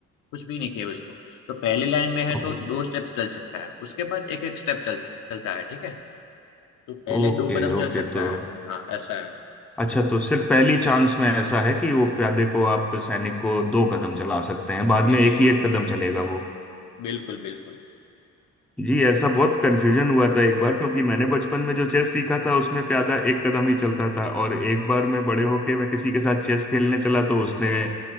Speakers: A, on the left (about 80°); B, in the centre.
A: कुछ भी नहीं किया उसको, तो पहली लाइन में है
B: ओके
A: तो 2 स्टेप्स चल सकता है, उसके बाद 1-1 स्टेप चल स चलता है, ठीक है? तो पहले
B: ओके
A: 2 कदम
B: ओके
A: चल सकता
B: तो
A: है। हाँ, ऐसा है।
B: अच्छा तो सिर्फ पहली चांस में ऐसा है कि वो प्यादे को आप सैनिक को दो कदम चला सकते हैं बाद
A: जी,
B: में
A: जी।
B: एक ही एक कदम चलेगा वो
A: बिल्कुल, बिल्कुल।
B: जी ऐसा बहुत कंफ्यूजन हुआ था एक बार क्योंकि मैंने बचपन में जो चेस सीखा था उसमें प्यादा एक कदम ही चलता था और एक बार मैं बड़े होके मैं किसी के साथ चेस खेलने चला तो उसने